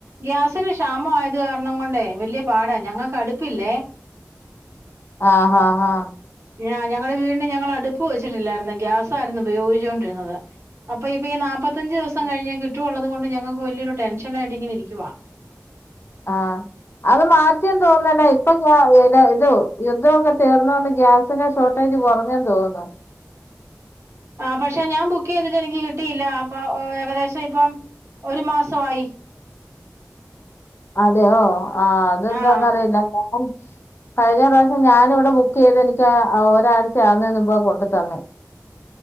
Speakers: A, on the right; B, on the left.
A: ഗ്യാസിന് ക്ഷാമ ആയത് കാരണം കൊണ്ടേ വലിയ പാടാ ഞങ്ങക്ക് അടുപ്പില്ലേ
B: ആഹ് ആഹ് ആഹ്
A: ഞ ഞങ്ങളെ വീടിന് ഞങ്ങള് അടുപ്പ് വെച്ചിട്ടില്ലായിരുന്നു ഗ്യാസായിരുന്നു ഉപയോഗിച്ചോണ്ടിരുന്നത് അപ്പൊ ഇപ്പ ഈ നാപ്പത്തഞ്ച് ദിവസം
B: ഓ
A: കഴിഞ്ഞാ കിട്ടുവാെള്ളത് കൊണ്ട് ഞങ്ങൾക്ക് വല്ല്യരു ടെൻഷൻായിട്ട് ഇങ്ങന ഇരിക്കുവാ
B: ആഹ് അത് മാറ്റിം തോന്നല്ലെ ഇപ്പൊ ഇത് യുദ്ധമൊക്കെ തീർന്നോണ്ട് ഗ്യാസ് <unintelligible> ഷോർട്ടേജ് കാെറഞെന്ന് തോന്നുന്നു
A: ആഹ് പക്ഷെ ഞാൻ ബുക്കെയ്തിട്ട് എനിക്ക് കിട്ടിയില്ല അപ്പൊ ഏകദേശം ഇപ്പം ഒരു മാസമായി
B: അതെയോ ആഹ് അതെന്താന്നറിയില്ല
A: ആഹ്
B: ഞാൻ കഴിഞ്ഞ പ്രാവശ്യം ഞാനിവിടെ ബുക്ക് ചെയ്ത് എനിക്കാഒരാഴ്ച ആവുന്നേന് മുമ്പാ കൊണ്ടു തന്നെ